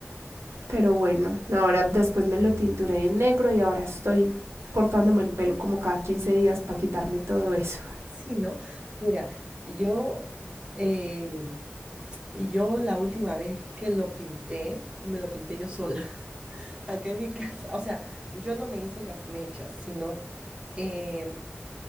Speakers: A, on the right; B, on the right.
A: Pero bueno, ahora después me lo tinturé de negro y ahora estoy cortándome el pelo como cada 15 días para quitarme todo eso.
B: Sí, ¿no? Mira, yo, eh, yo la última vez que lo pinté, me lo pinté yo sola, <laughs> acá en mi casa. O sea, yo no me hice las mechas, sino em,